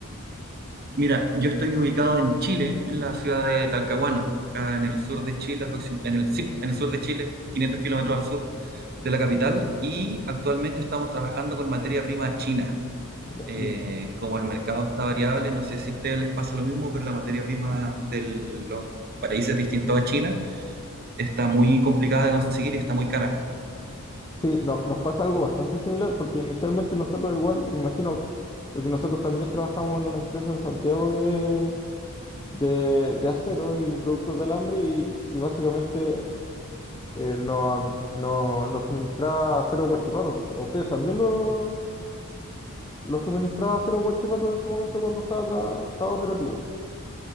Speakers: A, on the right; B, on the left.
A: Mira, yo estoy ubicado en Chile, en la ciudad de Talcahuano, acá en el sur de Chile, aproxim- en el, sí, en el sur de Chile, 500 kilómetros al sur de la capital, y actualmente estamos trabajando con materia prima china.
B: Ya,
A: Eh,
B: ¿Y
A: como el mercado está variable, no sé si a ustedes les pasa lo mismo, pero la materia prima de los países distintos a China está muy complicada de conseguir y está muy cara.
B: Sí, no- nos pasa algo bastante similar porque inicialmente nosotros igual, me imagino, porque nosotros también trabajamos en una empresa en Santiago de, de, de acero y productos de alambre y, y básicamente eh, nos no, nos suministraba acero Huachipato. ¿A ustedes también lo, lo suministraba acero Huachipato en su momento cuando estaba, tra- estaba operativo?